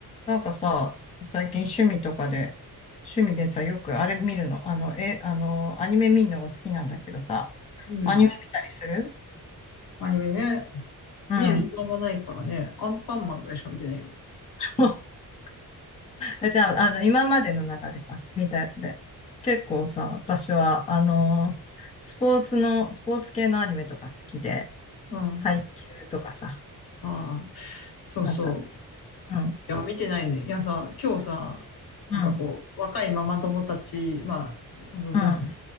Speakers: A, on the left (about 20°); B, on the left (about 80°).
A: なんかさ、最近趣味とかで、趣味でさ、よくあれ見るの、あの、え、あの、アニメ見るのが好きなんだけどさ、
B: うん。
A: アニメ見たりする
B: アニメね。
A: うん。
B: 見る時間がないからね。アンパンマンぐらいしか見てないよ。
A: <laughs> え、じゃあ、あの、今までの中でさ、見たやつで。結構さ、私は、あの、スポーツの、スポーツ系のアニメとか好きで、
B: うん。
A: 配球とかさ、
B: ああ、そうそう。
A: なんか、うん、
B: いや、見てないね。いやさ、今日さ、
A: うん、
B: なんかこう、若いママ友たち、まあ、あの、
A: うん、
B: なんつうの、